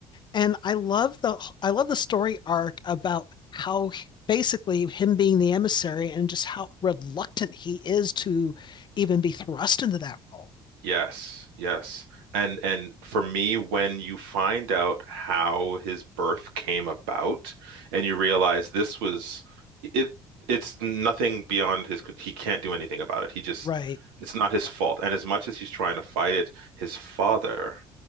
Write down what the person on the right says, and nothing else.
Yes, yes. And and for me, when you find out how his birth came about and you realize this was it it's nothing beyond his he can't do anything about it. He just
it's not his fault. And as much as he's trying to fight it, his father,